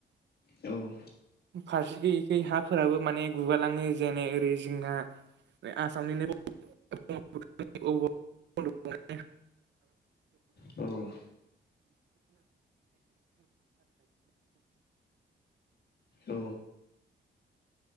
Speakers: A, on the left; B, on the right.
A: औ
B: फारसेखै एखै हाफोराबो माने गुगालाङो जेने ओरै जोंहा आसामनिनो <unintelligible> <unintelligible>
A: औ औ